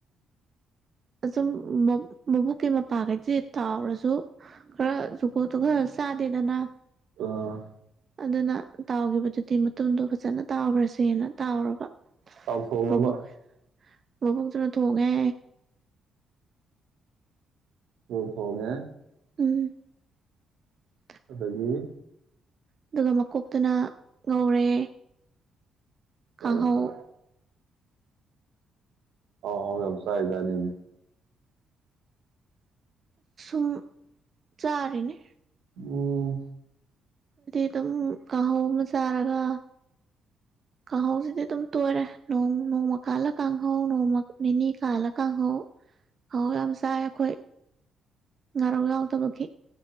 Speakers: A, on the right; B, on the right.
A: ꯑ ꯃ ꯃꯕꯨ ꯀꯃ ꯄꯥꯒꯥꯏ ꯆꯦ ꯇꯥꯎꯔꯁꯨ ꯈꯔ ꯖꯨꯀꯣ ꯇꯨ ꯈꯔ ꯆꯥꯗꯦꯗꯅ
B: ꯑꯥ
A: ꯑꯗꯨꯅ ꯇꯥꯎꯈꯤꯕꯗꯨꯗꯤ ꯃꯇꯨꯡꯗꯣ ꯐꯖꯅ ꯇꯥꯎꯈ꯭ꯔꯁꯦꯅ ꯇꯥꯎꯔꯒ
B: ꯇꯥꯎꯊꯣꯡꯉꯕ
A: ꯚꯕꯣꯛ ꯑꯣ ꯁꯅ ꯊꯣꯡꯉꯦ
B: ꯑꯣ ꯐꯉ
A: ꯍ
B: ꯑꯗꯨꯗꯒꯤ
A: ꯑꯗꯨꯒ ꯃꯀꯣꯛꯇꯅ ꯉꯧꯔꯦ
B: ꯍꯣꯏꯄ
A: ꯀꯥꯡꯍꯧ
B: ꯑ ꯍꯕꯁꯥꯏꯗꯅꯤꯅꯦ
A: ꯨꯝ ꯆꯥꯔꯦꯅꯦ
B: ꯑꯣꯝ
A: ꯑꯗꯨꯝ ꯀꯥꯡꯍꯧ ꯑꯃ ꯆꯥꯔꯒ ꯀꯥꯎꯧꯁꯤꯗꯤ ꯑꯗꯨꯝ ꯇꯣꯏꯔꯦꯣꯡ ꯅꯣꯡꯃ ꯀꯜ ꯀꯥꯡꯍꯧ ꯅꯣꯡꯃ ꯅꯅꯤ ꯀꯂ ꯀ ꯍꯣ ꯑꯥꯎ ꯌꯥꯝ ꯁꯥꯏ ꯑꯩꯈꯣꯏ ꯉꯔꯒ ꯌꯥ ꯐ ꯇꯕꯒꯤ